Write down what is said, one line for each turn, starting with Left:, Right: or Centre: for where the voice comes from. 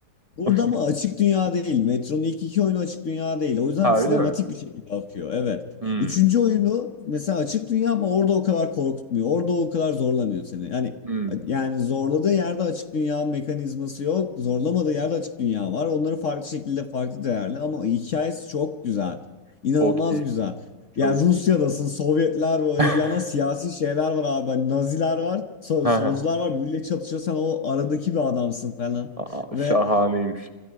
Left: Burada
Right: <laughs>
Left: mı açık dünya değil. Metro'nun ilk iki oyunu açık dünya değil. O yüzden
Right: Ha
Left: sinematik
Right: öyle mi?
Left: bir şekilde akıyor. Evet.
Right: Hmm.
Left: Üçüncü oyunu mesela açık dünya ama orada o kadar korkutmuyor. Orada o kadar zorlamıyor seni. Yani
Right: Hmm.
Left: yani zorladığı yerde açık dünya mekanizması yok. Zorlamadığı yerde açık dünya var. Onları farklı şekilde farklı değerli ama hikayesi çok güzel. İnanılmaz
Right: Çok iyi.
Left: güzel.
Right: Çok
Left: Yani Rusya'dasın,
Right: iyi.
Left: Sovyetler böyle
Right: <laughs>
Left: bir yana siyasi şeyler var abi. Hani Naziler var, sol-
Right: Ha,
Left: solcular
Right: ha.
Left: var. Birbiriyle çatışıyor. Sen o aradaki bir adamsın falan.
Right: Aa,
Left: Ve
Right: şahaneymiş.